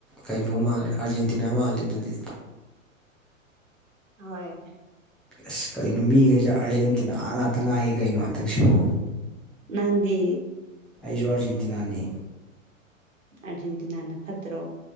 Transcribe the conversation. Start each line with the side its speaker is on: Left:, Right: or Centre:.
Centre: ꯀꯩꯅꯣ ꯃꯥꯜꯂꯦ ꯑꯥꯔꯖꯦꯟꯇꯤꯅꯥ ꯃꯥꯜꯂꯦ ꯑꯗꯨꯗꯤ
Right: ꯍꯣꯏ
Centre: ꯑꯁ ꯀꯩꯅꯣ ꯃꯤꯈꯩꯁꯦ ꯑꯥꯔꯖꯦꯟꯇꯤꯅꯥ ꯉꯥꯛꯇ ꯉꯥꯏꯌꯦ ꯀꯩꯅꯣ ꯍꯟꯗꯛꯁꯤꯕꯨ
Right: ꯅꯪꯗꯤ
Centre: ꯑꯩꯁꯨ ꯑꯥꯔꯖꯦꯟꯇꯤꯅꯥꯅꯤ
Right: ꯑꯥꯔꯖꯦꯟꯇꯤꯅꯥꯅ ꯐꯠꯇ꯭ꯔꯣ